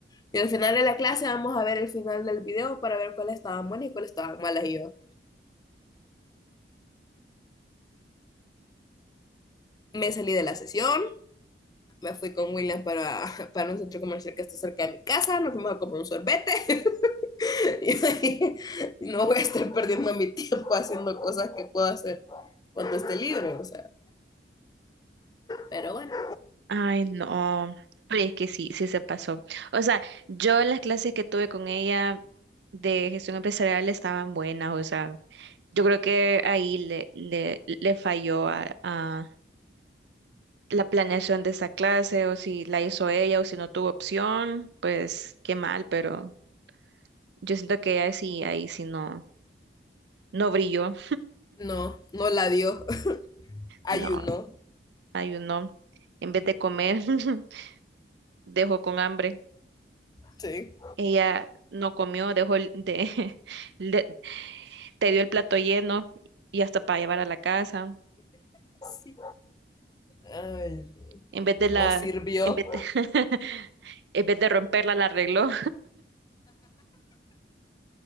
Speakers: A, on the left (about 20°); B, on the right (about 70°).
A: Y al final de la clase vamos a ver el final del video para ver cuáles estaban buenas y cuáles estaban malas. Y yo, Me salí de la sesión, me fui con William para, <laughs> para un centro comercial que está cerca de mi casa, nos fuimos a comprar un sorbete <laughs> y ahí no voy a estar perdiendo mi tiempo haciendo cosas que puedo hacer cuando esté libre, o sea, pero bueno,
B: Ay, no. Pero es que sí, sí se pasó. O sea, yo las clases que tuve con ella de gestión empresarial estaban buenas. O sea, yo creo que ahí le, le, le falló a, a la planeación de esa clase, o si la hizo ella, o si no tuvo opción, pues qué mal, pero yo siento que ella sí, ahí sí no, no brilló.
A: no, no la dio, <laughs> ayunó,
B: No, ayunó. En vez de comer, <laughs> dejó con hambre.
A: sí,
B: Ella no comió, dejó el, de, <laughs> le- te dio el plato lleno y hasta para llevar a la casa.
A: sí, ay,
B: En vez de la,
A: no, no sirvió,
B: en vez de, <laughs> en vez de romperla, la arregló.